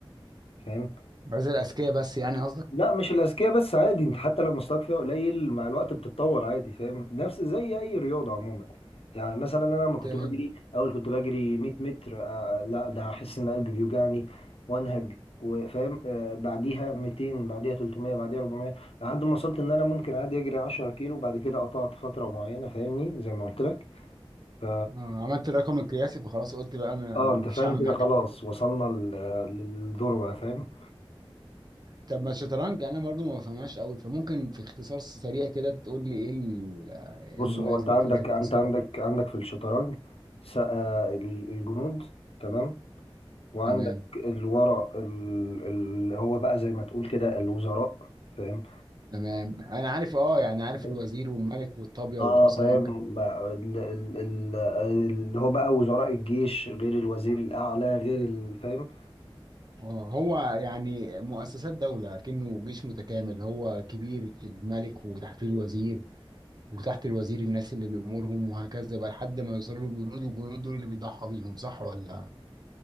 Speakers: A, on the left; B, on the right.
A: فاهم
B: عايز الأذكياء بس يعني قصدك
A: لا مش الاذكياء بس عادي انت حتى لو مستواك فيها قليل مع الوقت بتتطور عادي فاهم نفس زي اي رياضه عموما يعني مثلا انا لما كنت
B: تمام
A: بجري اول كنت بجري 100 متر آه لا ده احس ان قلبي بيوجعني وانهج وفاهم آه بعديها 200 بعديها 300 بعديها 400 لحد ما وصلت ان انا ممكن عادي اجري 10 كيلو وبعد كده قطعت فتره معينه فاهمني زي ما قلت لك ف
B: آه عملت الرقم القياسي فخلاص قلت بقى ما-
A: اه
B: مش
A: انت فاهم
B: هعمل
A: كده
B: حاجة
A: خلاص
B: تاني
A: وصلنا ل- للذروه فاهم
B: طب ما الشطرنج يعني أنا برضو ما بفهمهاش أوي فممكن في اختصار سريع كده تقول لي إيه ال- إيه
A: بص
B: المميز
A: هو انت
B: اللي
A: عندك
B: فيها في اختصار
A: انت عندك عندك في الشطرنج س- آه، ال- الجنود تمام وعندك
B: تمام
A: الورق ال- اللي هو بقى زي ما تقول كده الوزراء فاهم
B: تمام أنا عارف أه يعني عارف
A: اه
B: الوزير والملك والطابية
A: آه،
B: والحصان
A: فاهم بقى ال- ال- ال- اللي هو بقى وزراء الجيش غير الوزير الاعلى غير ال- فاهم
B: اه هو يعني مؤسسات دولة كأنه جيش متكامل هو كبير الملك وتحت الوزير وتحت الوزير الناس اللي بيأمرهم وهكذا بقى لحد ما يوصلوا للجنود والجنود دول اللي بيضحى بيهم صح ولا